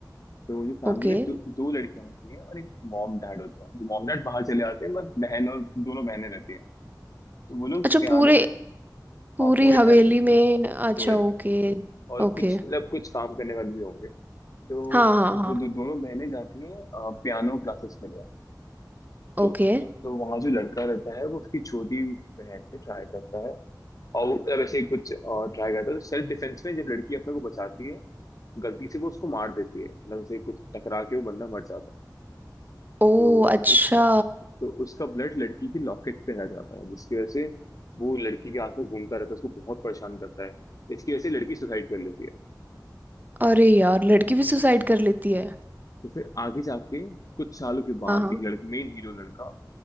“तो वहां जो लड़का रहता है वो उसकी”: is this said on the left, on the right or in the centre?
Left